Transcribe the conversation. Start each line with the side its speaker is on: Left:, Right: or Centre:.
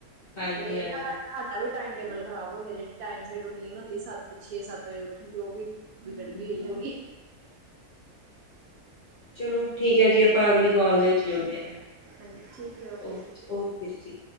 Left: ਹਾਂਜੀ-ਹਾਂਜੀ,
Right: <unintelligible> ਵੀ ਟਾਈਮ ਟੇਬਲ ਖ਼ਰਾਬ ਹੋ ਗਿਆ ਜਿਹੜੀ ਟਾਇਮ ਸੀਰ ਰੂਟੀਨ ਹਦੀ ਸੱਤ ਛੇ ਵਜੇ ਉੱਠਨ ਦੀ ਉਹ ਵਿਗੜ ਗਈ
Left: <unintelligible>
Right: ਹੋਈ ਸਾਡੀ
Left: ਚਲੋ ਠੀਕ ਹੈ ਜੀ ਆਪਾਂ ਅਗਲੀ
Right: ਹਾਂਜੀ
Left: ਕੋਲ ਦੇ ਵਿੱਚ ਜੁੜਦੇ ਹਾਂ ਫਿਰ
Right: ਹਾਂਜੀ ਠੀਕ ਹੈ ਓਕੇ
Left: ਓ
Right: ਜੀ
Left: ਓਕੇ ਜੀ ਠੀਕ।